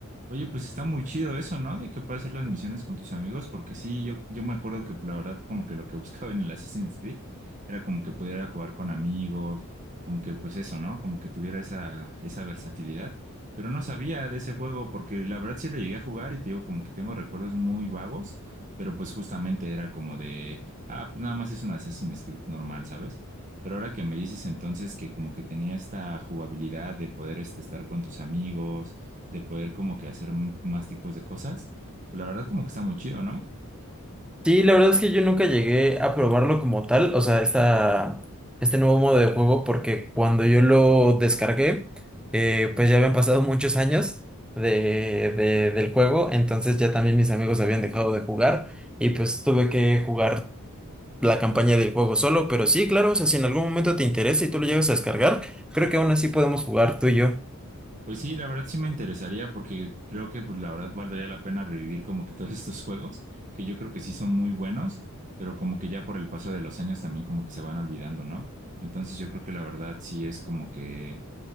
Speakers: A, on the right; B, in the centre.
A: Oye, pues está muy chido eso, ¿no? De que puedes hacer las misiones con tus amigos, porque sí, yo, yo me acuerdo que la verdad como que lo que <laughs> buscaba en el Assassin's Creed era como que pudiera jugar con amigos, como que pues eso, ¿no? Como que tuviera esa, esa versatilidad, pero no sabía de ese juego porque la verdad sí le llegué a jugar y te digo como que tengo recuerdos muy vagos, pero pues justamente era como de, ah, pues nada más es un Assassin's Creed normal, ¿sabes? Pero ahora que me dices entonces que como que tenía esta jugabilidad de poder este, estar con tus amigos de poder como que hacer m- más tipos de cosas, pues la verdad como que está muy chido, ¿no?
B: Sí, la verdad es que yo nunca llegué a probarlo como tal, o sea, esta, este nuevo modo de juego, porque cuando yo lo descargué, eh, pues ya habían pasado muchos años de, de- del juego, entonces ya también mis amigos habían dejado de jugar y pues tuve que jugar la campaña del juego solo, pero sí, claro, o sea, si en algún momento te interesa y tú lo llegas a descargar, creo que aún así podemos jugar tú y yo.
A: Pues sí, la verdad sí me interesaría porque creo que pues la verdad valdría la pena revivir como que todos <laughs> estos juegos, que yo creo que sí son muy buenos, pero como que ya por el paso de los años también como que se van olvidando, ¿no? Entonces yo creo que la verdad sí es como que